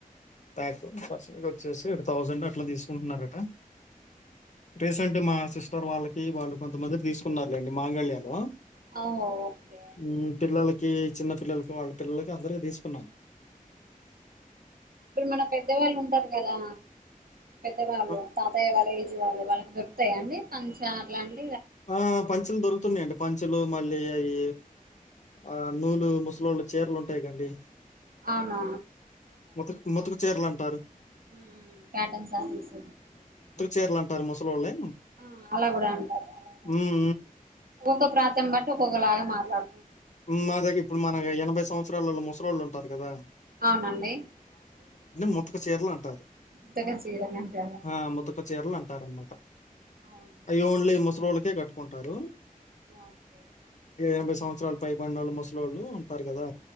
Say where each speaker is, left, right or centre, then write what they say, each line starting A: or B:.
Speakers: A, on the left; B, on the right.
A: ప్యాక్ అటు సైడొచ్చేసి ఒక తౌసండ్ అట్లా తీసుకుంటున్నారట రీసెంట్ మాసిస్ ఇత్తరు వాళ్ళకి వాళ్ళు కొంతమంది తీసుకున్నారులేండి మాంగళ్యాలో
B: ఓ ఓకే
A: హ్మ్. పిల్లలకి, చిన్న పిల్లలకు వాళ్ళ పిల్లలకు అందరికి తీసుకున్నాము
B: ఇప్పుడు మన పెద్దవాళ్ళు ఉంటారు కదా పెద్దవాళ్ళు
A: అ
B: తాతయ్య వాళ్ళ ఏజ్ వాళ్ళు వాళ్లకి దొరుకుతాయా అండి పంచ అలాంటివి
A: ఆ పంచలు దొరుకుతున్నాయండి పం పచ్చలు మళ్ళీ అయి ఆ నూలు ముసలోళ్ళ చీరలు ఉంటయిగండి
B: అవునా
A: ముతక్ ముతక్ చీరలన్
B: మ్మ్ కాటన్ శారీస్
A: చీర్లంటారు ముసళ్ళోలే
B: ఆ అలా గుడ అంట అలా అంట
A: హ్మ్.
B: ఒక్కొక్క ప్రాంతం బట్టి ఒక్కొక్క బాగ మాట్లాడుదు
A: మా దగ్ ఇప్పుడు మన ఎనభై సంవత్సరాలోళు ముసలోళ్ళు ఉంటారు గదా
B: అవునండి
A: ముతక చీర్లంటారు
B: ఉతక చీరలు అంటారా
A: ఆ ముతక చీరలు అం టరన్నట
B: అవునా
A: అయి ఓన్లీ ముసలోళ్ళకే కట్టుకుంటారు
B: ఓకే
A: ఎనభై సంవత్సరాల పై బడినోళ్ళు ముసలోళ్ళు ఉంటారు గదా